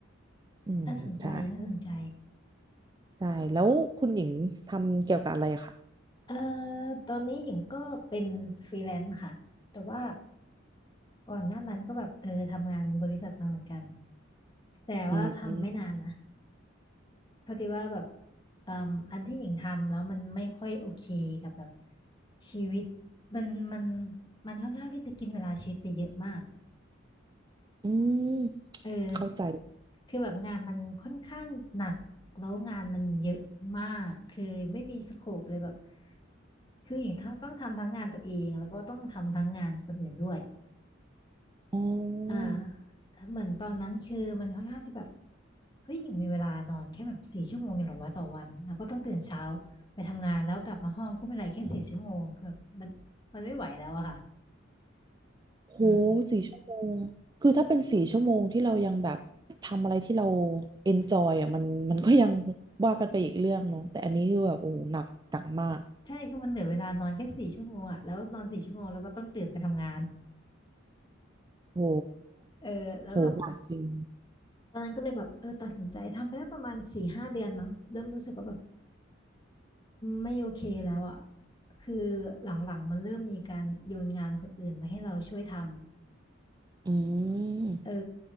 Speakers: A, on the right; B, on the left.
A: อืมใช่
B: น่าสนใจ น่าสนใจ
A: ใช่แล้วคุณหญิงทำเกี่ยวกับอะไรอะค่ะ
B: เอ่อตอนนี้หญิงก็เป็นฟรีแลนซ์ค่ะ แต่ว่าก่อนหน้านั้นก็แบบเออทำงานบริษัทมาเหมือนกัน แต่ว่าทำไม่นานนะ
A: อืม
B: พอดีว่าแบบเอ่มอันที่หญิงทำแล้วมันไม่ค่อยโอเคกับแบบชีวิตมันมันมันค่อนข้างที่จะกินเวลาชีวิตไปเยอะมาก
A: อืม
B: เออ
A: เข้าใจ
B: คือแบบงานมันค่อนข้างหนักแล้วงานมันเยอะมากคือไม่มีสโคปเลยแบบคือหญิงต้องทำทั้งงานตัวเองแล้วก็ต้องทำทั้งงานคนอื่นด้วย
A: อ๋อ
B: อ่าเหมือนตอนนั้นคือมันค่อนข้างที่แบบเฮ้ยยังมีเวลานอนแค่แบบสี่ชั่วโมงเองเหรอวะต่อวันแล้วก็ต้องตื่นเช้าไปทำงานแล้วกลับมาห้องก็ไม่ไรแค่สี่ชั่วโมงคือแบบมันมันไม่ไหวแล้วอะค่ะ
A: โห
B: อืม
A: สี่ชั่วโมงคือถ้าเป็นสี่ชั่วโมงที่เรายังแบบทำอะไรที่เราเอนจอยอ่ะมันมันก็ยังว่ากันไปอีกเรื่องเนาะแต่อันนี้คือแบบโอ้หนักหนักมาก
B: ใช่คือมันเหลือเวลานอนแค่สี่ชั่วโมงอะแล้วนอนสี่ชั่วโมงแล้วก็ต้องตื่นไปทำงาน
A: โห
B: เออแล้วแบบ
A: โหหนักจริง
B: ตอนนั้นก็เลยแบบเออตัดสินใจทำไปได้ประมาณสี่ห้าเดือนมั้งเริ่มรู้สึกว่าแบบไม่โอเคแล้วอะคือหลังๆมันเริ่มมีการโยนงานคนอื่นมาให้เราช่วยทำ
A: อืม
B: เออ